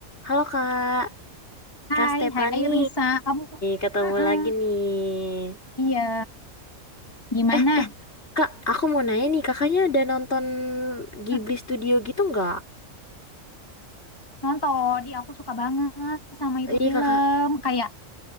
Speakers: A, on the left; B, on the left.
A: Halo Kak,
B: Hai,
A: Kak Stefani,
B: hai Risa, kamu,
A: ketemu
B: Mm-mm.
A: lagi nih.
B: iya, gimana?
A: Eh, eh, Kak, aku mau nanya nih, kakaknya ada nonton Ghibli
B: Hmm,
A: Studio gitu nggak?
B: Nonton, di aku suka banget sama itu
A: Iya
B: film,
A: kakak,
B: kayak,